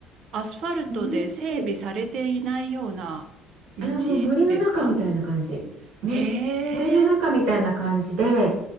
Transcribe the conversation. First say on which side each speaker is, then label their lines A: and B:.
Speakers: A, on the right; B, on the right.
A: アスファルトで整備されていないような道
B: 小道、あ、いやもう森の中みたいな感じ。
A: ですか
B: 森、
A: へえ、
B: 森の中みたいな感じで、